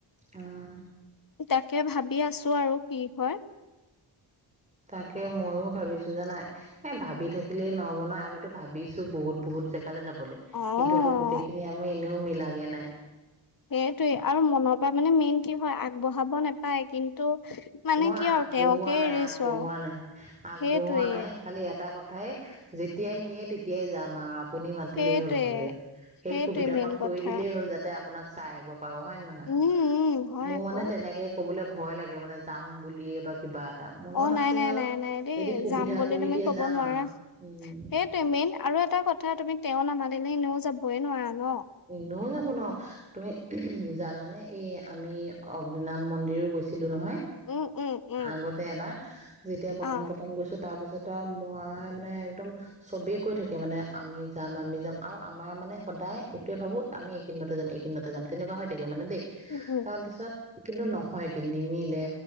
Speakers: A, on the right; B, on the left.
A: অ',
B: তাকে ভাবি আছো আৰু কি হয়?
A: তাকে ময়ো ভাবিছো। জানাই এ', ভাবি থাকিলে নহব ন আমিতো ভাবিছো বহুত -বহুত জেগা সকালে যাবলৈ
B: অ'।
A: কিন্তু আকৌ গোটেইখিনি আমি এনেও মিলাগে নাই।
B: সেইটোৱে আৰু মনৰ পৰা মানে মেইন কি হয় আগবঢ়াব নেপায় কিন্তু মানে
A: মই
B: কি
A: আগবঢ়োৱা
B: আৰু তেওঁকে
A: নাই
B: এৰিছো
A: আগবঢ়োৱা
B: আৰু
A: নাই আগবঢ়োৱা
B: সেইটোৱে
A: নাই খালি এটা কথা ঠাই যেতিয়াই নিয়ে তেতিয়াই যাম আৰু আপুনি মাতিলেই
B: সেইটোৱে।
A: হ'ল খালি সেই
B: সেইটোৱে
A: সুবিধা
B: মেইন
A: কন কৰি
B: কথা।
A: দিলেই হ'ল যাতে আপোনাক চাই আহিব। হয় নে নহয়
B: উম উম হয়
A: মোৰ
B: আকৌ
A: মানে তেনেকে কবলৈ ভয় লাগে মানে। যাম বুলিয়ে বা কিবা এটা মনত
B: অ
A: আছে
B: নাই নাই
A: আৰু
B: নাই নাই দেই
A: যদি সুবিধা
B: যাম বুলি
A: কৰি
B: তুমি
A: দিয়ে
B: কব
A: যাম
B: নোৱাৰা
A: আৰু উম
B: সেইটোৱে মেইন আৰু এটা কথা কথা তুমি তেও নামানিলে এনেও যাবই নোৱাৰা ন
A: ইনও যাব নোৱাৰো। তুমি জানানে এই আমি অগ্নিনাভ মন্দিৰো গৈ ছিলো নহয়।
B: উম উম উম
A: আগতে এবাৰ যেতিয়া প্ৰথম
B: অ
A: প্ৰথম গৈছো তাৰ পিছত আৰু মই মানে একদম। চবেই কৈ থাকে মানে আমি যাম আমি যাম আৰু আমাৰ মানে সদায় এইটোয়ে ভাবো আমি এইকেইদিনতে যাম এইকেইদিনতে যাম তেনেকুৱা হৈ থাকে মানে দেই
B: উম উম
A: তাৰপিছত। কিন্তু নহয় কি নিমিলে।